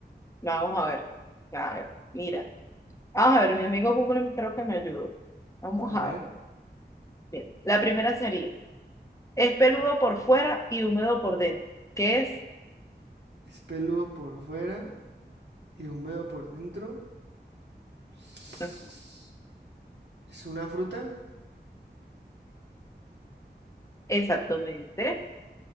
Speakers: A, on the left (about 15°); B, on the right (about 75°).
A: Vamos a ver. A ver, mira. Vamos a ver, mi amigo Google me- creo que me ayudó. Vamos
B: A
A: a
B: ver,
A: ver. Mira, la primera sería, es peludo por fuera y húmedo por dentro. ¿Qué es?
B: es peludo por fuera y húmedo por dentro. Es
A: Ujú.
B: una fruta,
A: Exactamente.